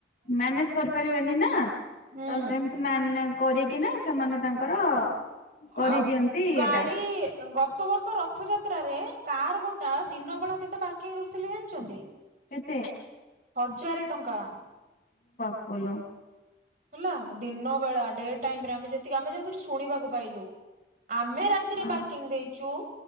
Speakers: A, on the left; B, on the right.
A: ମ୍ୟାନେଜ କରିପାରିବେନି ନା ତ
B: ହୁଁ
A: ସେମତି ମାନେ କରିକି ନା ସେମାନେ ତାଙ୍କର କରିଦିଅନ୍ତି
B: ଆଉ
A: ଇଏଟା
B: ଗାଡି ଗତ ବର୍ଷ ର ଥଯାତ୍ରରେ କାର ଗୋଟା ଦିନ ବେଳା କେତେ ପାର୍କିଂ ରଖଥିଲେ ଜାଣିଛନ୍ତି?
A: କେତେ?
B: ହଜାରେ ଟଙ୍କା
A: ପଲ
B: ହେଲା ଦିନ ବେଳା ଡେ ଟାଇମରେମେ ଯେତିକି ଆମେ ଯା ସେଠି ଶୁଣିବାକୁ ପାଇଲୁ। ଆମେ ରାତିରେ
A: ଆ
B: ପାର୍କିଂ ଦେଇଛୁ